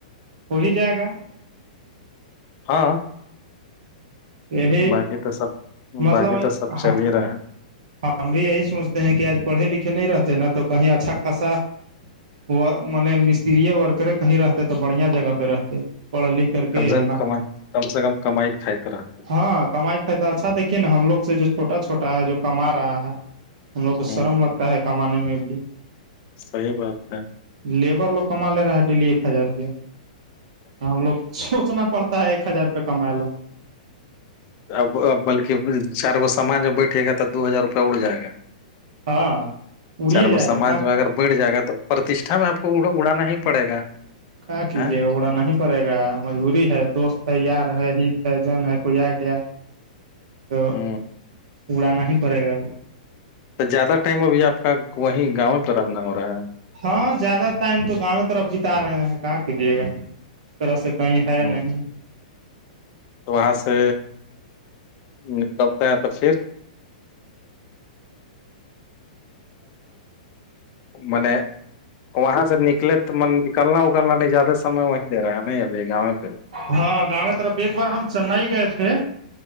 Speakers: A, on the right; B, on the left.
A: ہو ہی جائے گا
B: ہاں
A: یہی
B: باقی تو سب
A: مطلب
B: باقی تو سب چل رہے
A: ہم بھی یہی سوچتے ہیں کہ آج پڑھے لکھے نہیں رہتے نا تو کہیں اچھا خاصا م مستریے ورکرے کہیں رہتے تو بڑھیا جگہ پہ رہتے پڑ لکھ کر کے
B: کم سے کم
A: نہ
B: کم کم سے کم کمائی ک رہ
A: ہاں کمائیائی تو اچھا دیکھیے نا ہم لوگ سے جو چھوٹا چھٹا ہے جو کما رہا ہے ہم لوگ کو
B: ہوں
A: شرم لگتا ہے کمانے میں بھی
B: صحیح بات کا
A: لیبر لوگ کما لے رہا ہے ڈیلی ایک ہزار روپیہ ہم لوگ سوچنا پڑتا ایک ہزار روپئے کما
B: اب بلکہ چار گ سامان جب بیٹھے گا تو دو ہزار روپیہ اڑ جائے گا
A: ہاں اڑیے
B: چارگو
A: جائے
B: سماج
A: گا
B: میں اگر بڑھ جائے گا تو پرتیشٹھا میں آپ کو اڑانا ہی پڑے گا
A: کہ کیجیے
B: ہ
A: گا اڑا ہی پڑے گا مجبوری ہے دوست ہے یار ہے ہت ہے جن ہے کوئی آ گیا تو
B: ہوں
A: اڑانا ہی پڑے گا وہ
B: تو زیادہ ٹائم ابھی آپ کا وہیں گاؤں پہ رہنا ہو رہا ہے
A: ہاں زیادہ ٹائم تو گاؤں طرف بتا رہے ہیں کہاں کیجیے گا اس طرح سے کہیں ہے
B: ہ
A: نہیں
B: تو وہاں سے نکلتا ہے تو پھر
A: س ب
B: م وہاں سے نکلے تو م نکلنا اکلنا نہیں زیادہ سمے وہیں ہمبگ میں کر
A: ہاں گاؤں طرف ایک بار ہم چنئی گئے تھے